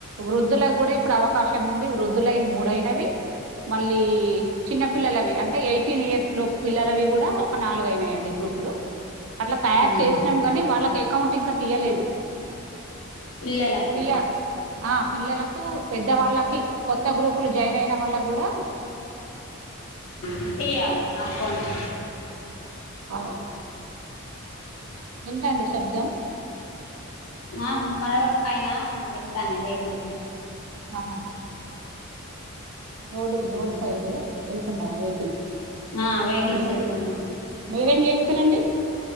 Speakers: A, on the right; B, on the left.
A: వృద్ధుల గ్గూడా ఇప్పుడు అవకాశం ఉంది వృద్ధులయి మూడైనవి మళ్ళీ చిన్న పిల్లలవి అంటే ఎయిటీన్ ఇయర్స్ లోప్ పిల్లలవి కూడా ఒక నాలుగుయినాయండి గ్రూపులు అట్లా తయారు
B: ఉమ్.
A: చేషినం కానీ వాళ్ళకి అకౌంట్ ఇంకా తీయలేదు
B: పిల్లలకు
A: తీయ ఆ పిల్లలకు పెద్ద వాళ్ళకి కొత్త గ్రూపులు జాయిన్ అయిన వాళ్ళ గ్గూడా
B: ఇప్పీయాలి అకౌంట్
A: ఆవును ఎంటండి శబ్ధం
B: ఆ మ రొడ్ పైన వెళ్తానయ్ వెహికల్స్
A: ఆ హా రోడ్ కి
B: ఉమ్.
A: రోడ్డు సైడ్ వెళ్తున్నాయా వెహికల్
B: ఆ వెహికిల్స్
A: మీ
B: ఎళ్తన్నయ్
A: మీరేం చేస్తారండి